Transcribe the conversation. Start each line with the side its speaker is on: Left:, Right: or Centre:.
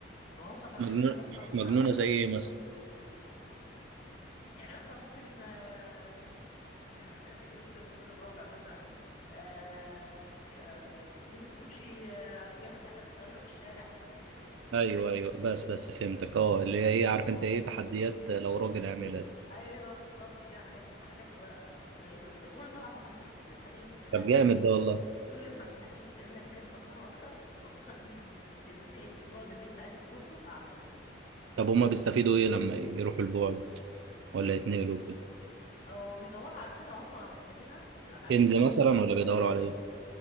Left: فهم كانوا
Right: مجنون
Left: بيعملوا حاجات مجنونة
Right: مجنونه
Left: قوي عشان
Right: زي ايه مثلا
Left: يعني مثلا ممكن آه، <laughs> ينط من الدور الرابع مثلا آه، آه، يم- يمشي آه، يعمل حاجات غريبة في الشارع حاجات زي كده يعني
Right: ايوه ايوه بس بس فهمتك اه اللي هي ايه عارف انت ايه تحديات لو راجل عاملها
Left: ايوه بالظبط كده حاجات حاجات غ- غريبه كده وكل طبعا ما كان الح- الحاجه اللي انت بتعملها
Right: طب
Left: دي
Right: جامد ده والله
Left: كل ما الحاجه اللي انت بتعملها دي كانت مجنونه اكتر فرصتك ان انت تن- تتنقل للبعد اللي انت عايز تروحه اعلى يعني
Right: طب هما بيستفيدوا ايه لما يروحوا البعد ولا يتنقلوا كده
Left: او بيدور على حاجه هم محتاجينها في الابعاد
Right: كنز
Left: التانية
Right: مثلا ولا بيدوروا على ايه